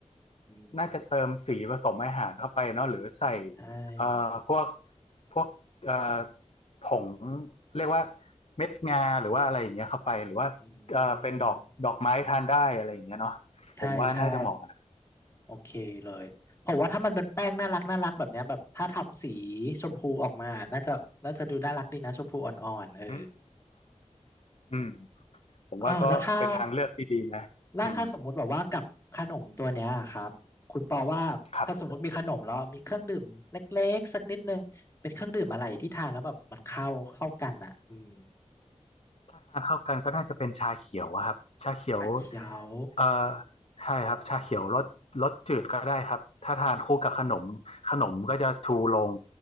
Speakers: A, on the left; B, on the left.
A: อืม
B: น่าจะเติมสีผสมอาหารเข้าไปเนาะหรือใส่
A: ใช่
B: เอ่อพวกพวกเอ่อผงเรียกว่าเม็ดงาหรือว่าอะไรอย่างเงี้ยเข้าไปหรือว่าเอ่อเป็นดอกดอกไม้ทานได้อะไรอย่างเงี้ยเนาะผมว่าน่าจะเหมาะ
A: อืมใช่ใช่โอเคเลยผมว่าถ้ามันเป็นแป้งน่ารักน่ารักแบบเนี้ยแบบถ้าทำสี
B: อืม
A: ชมพูออกมาน่าจะน่าจะดูน่ารักดีนะชมพูอ่อนๆเออ
B: อืมอืมผมว่าก็เป็นทางเลือกที่ดีนะอืม
A: เออแล้วถ้าแล้วถ้าสมมุติแบบว่ากับขนมตัวเนี้ยครับคุณปอว่าถ้าสมมติมีขนมแล้วมีเครื่องดื่มเล็กๆสักนิดนึงเป็นเครื่องดื่มอะไรที่ทานแล้วแบบมันเข้าเข้ากันอ่ะอืม
B: ครับถ้าทานเข้ากันก็น่าจะเป็นชาเขียวอะครับชาเขียว
A: ชาเขียว
B: เอ่อใช่ครับชาเขียวรสรสจืดก็ได้ครับถ้าทานคู่กับขนมขนมก็จะชูลง